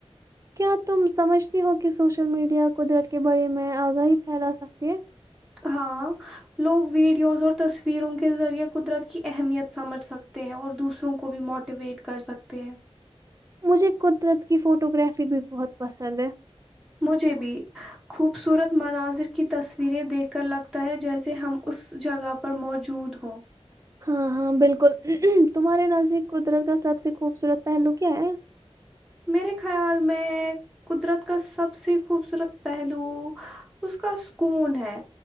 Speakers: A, on the right; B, in the centre.
A: کیا تم سمجھتی ہو کہ سوشل میڈیا قدرت کے بارے میں آگاہی پھیلا سکتی ہے
B: ہاں لوگ ویڈیوز اور تصویروں کے ذریعے قدرت کی اہمیت سمجھ سکتے ہیں اور دوسروں کو بھی موٹیویٹ کر سکتے ہیں
A: مجھے قدرت کی فوٹو گرافی بھی بہت پسند ہے
B: مجھے بھی خوبصورت مناظر کی تصویریں دیکھ کر لگتا ہے جیسے ہم اس جگہ پر موجود ہوں
A: ہاں ہاں بالکل تمہارے نظ قدرت کا سب سے خوبصورت پہلو کیا ہے
B: میرے خیال میں قدرت کا سب سے خوبصورت پہلو اس کا سکون ہے